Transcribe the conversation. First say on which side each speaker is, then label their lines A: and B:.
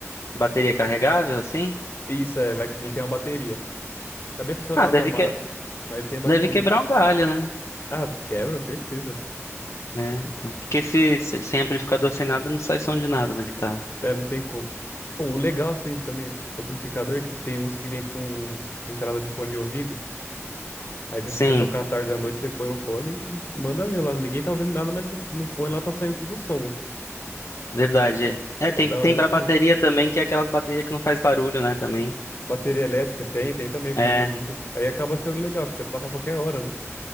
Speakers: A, on the left; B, on the left.
A: bateria carregável, assim?
B: Isso, é, vai que ele tem uma bateria. Também funciona
A: Ah,
B: na tomada,
A: deve que,
B: mas ele tem a bateria.
A: deve quebrar um galho, né?
B: Ah, quebra, certeza.
A: É, então, porque se, se- sem amplificador, sem nada, não sai som de nada na guitarra.
B: É, não tem como. Bom, o legal assim também do amplificador é que tem uns que vem com entrada de fone de ouvido. Aí se
A: Sim,
B: você quer tocar à tarde da noite, você põe um fone e manda ver lá. Ninguém tá ouvindo nada, mas você- no fone lá tá saindo tudo som.
A: verdade. É, tem,
B: É da
A: tem
B: hora
A: pra
B: isso
A: bateria
B: aí.
A: também, que é aquelas baterias que não faz barulho, né, também.
B: Bateria elétrica tem, tem também fone
A: É,
B: de ouvido. Aí acaba sendo legal, que você toca a qualquer hora, né?